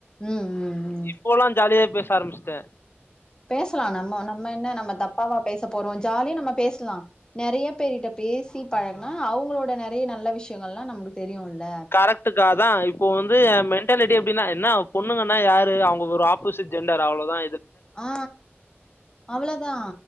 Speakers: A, on the left; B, on the left.
A: ம் ம் ம்
B: இப்போலா ஜாலியா பேச ஆரம்பிச்சுட்டே
A: பேசலா நம்ம நம்ம என்ன நம்ம தப்பாவா பேச போறோ ஜாலியா நம்ம பேசலா நெறைய பேருட்ட பேசி பழகுனா அவங்களோட நெறைய நல்ல விஷயங்கள் எல்லா நமக்கு தெரியுல
B: கரெக்டுக் கா அதா இப்போ வந்து எ மென் ன்டாலிட்டி அப்படின்னா என்ன பொண்ணுங்கனா யாரு அவங்க ஒரு ஆப்போசிட் ஜெண்டர் அவ்ளோதா
A: ஆ அவ்ளோதா